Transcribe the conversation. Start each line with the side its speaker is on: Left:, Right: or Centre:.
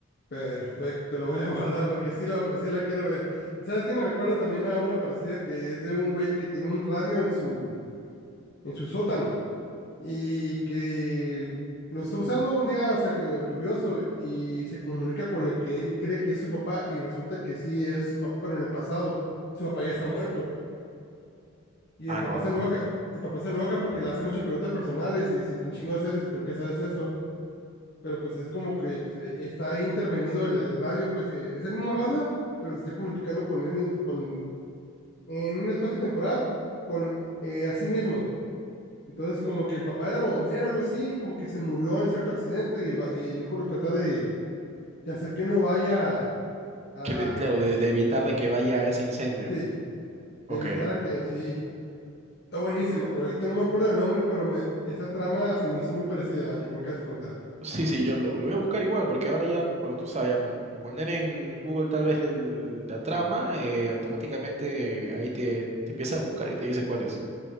Left: Perfecto, lo voy a <laughs> guardar porque sí, lo, sí la quiero ver. ¿Sabes qué? Me recuerda también a una parecida que es de un güey que tiene un radio en su, en su sótano y que lo está usando un día, o sea, que lluvioso y se comunica con el que él cree que es su papá y resulta que sí es su papá, pero en el pasado su papá ya está muerto y
Right: Ah,
Left: el papá
Right: no, no,
Left: se enoja,
Right: no.
Left: el papá se enoja porque le hace muchas preguntas personales y dice, ¿quién chingo eres y por qué sabes esto? pero pues es como que pues, eh, está intervenido el, el radio, pues eh, es el mismo radio, pero se está comunicando con él mismo, con, en un espacio temporal, con eh, a sí mismo. Entonces, como que el papá era bombero, o algo así, como que se murió en cierto accidente y el, va- el hijo lo trata de, de hacer que no vaya a,
Right: Que de-
Left: a-
Right: claro, de, de evitar de que vaya a ese incendio.
Left: sí,
Right: Ok.
Left: de evitar a que sí. Está buenísima, no, ahorita no me acuerdo del nombre, pero me, esa trama se me hizo muy parecida a la que me acabas de contar.
Right: Sí, sí, yo lo, lo voy a buscar igual, porque ahora ya, bueno, tú sabes, ya con poner en Google tal vez del- la trama, eh, automáticamente ahí te, te empieza a buscar y te dice cuál es.